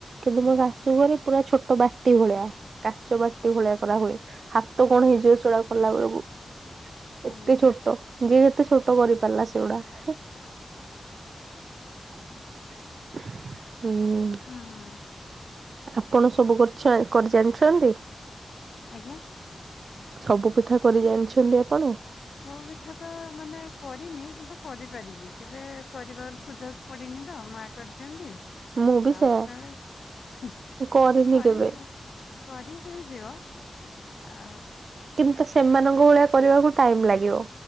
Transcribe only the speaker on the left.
ଆଜ୍ଞା
ହଁ ହଁ।
ଆଜ୍ଞା।
ସବୁ ପିଠା ତ ମାନେ କରିନି କିନ୍ତୁ କରିପାରିବି କେବେ କରିବାର ସୁଯୋଗ ପଡ଼ିନି ତ ମା କରିଦିଅନ୍ତି।
ଆଉ
କଳେ ହୁ ହୁ
ଏ ତ କରି
କରି ହେଇଯିବ ଆ